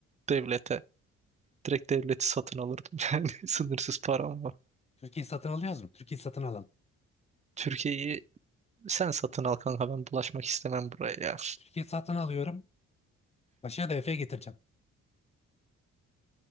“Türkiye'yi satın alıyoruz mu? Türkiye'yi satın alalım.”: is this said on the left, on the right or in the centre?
Left